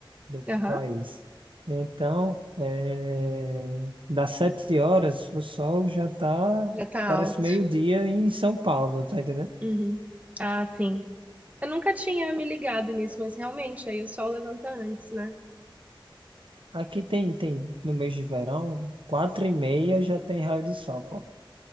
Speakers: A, on the right; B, on the right.
A: Do
B: Aham,
A: país. Então, eh, das 7 horas, o sol já tá,
B: já tá
A: parece
B: alto.
A: meio-dia em São Paulo, tá entendendo?
B: Uhum. Ah, sim. Eu nunca tinha me ligado nisso, mas realmente, aí o sol levanta antes, né?
A: Aqui tem, tem, no mês de verão, quatro e meia já tem raio de sol, pô.